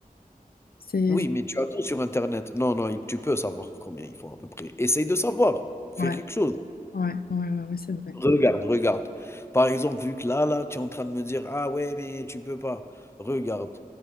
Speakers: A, on the left (about 80°); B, on the left (about 15°).
A: C'est,
B: Oui, mais tu as tout sur Internet. Non, non, tu peux savoir combien ils font à peu près. Essaye de savoir. Fais
A: ouais,
B: quelque chose.
A: ouais, ouais, ouais, ouais, c'est vrai.
B: Regarde, regarde. Par exemple, vu que là, là, tu es en train de me dire: «Ah ouais, mais tu peux pas». Regarde,